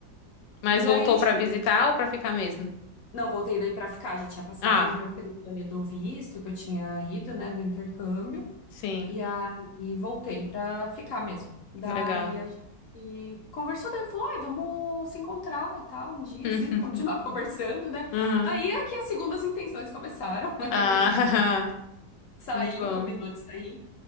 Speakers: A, on the left; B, on the left.
A: Mas
B: e
A: voltou
B: aí a gente...
A: pra visitar ou pra ficar mesmo?
B: Não, voltei daí pra ficar, já tinha passado
A: Ah,
B: o meu período ali do visto, que eu tinha ido, né, do intercâmbio.
A: sim,
B: E aí voltei pra ficar mesmo. Daí
A: legal.
B: a gente conversou, daí falou, ai, vamos se encontrar e tal, um dia,
A: <laughs>
B: assim, continuar <laughs> conversando, né?
A: Aham.
B: Daí é que as segundas intenções começaram. <laughs>
A: Ah,
B: Aí a gente
A: <laughs>
B: saiu,
A: muito bom.
B: combinou de sair.